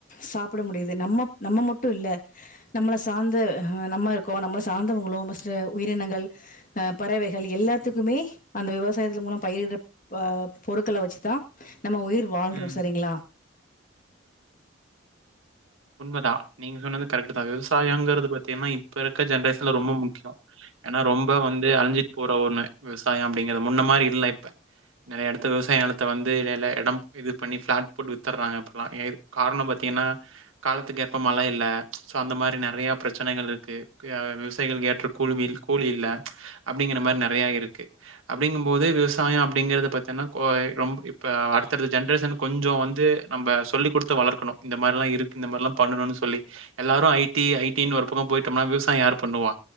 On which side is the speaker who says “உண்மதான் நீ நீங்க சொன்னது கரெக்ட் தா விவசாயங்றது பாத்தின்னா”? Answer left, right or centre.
Right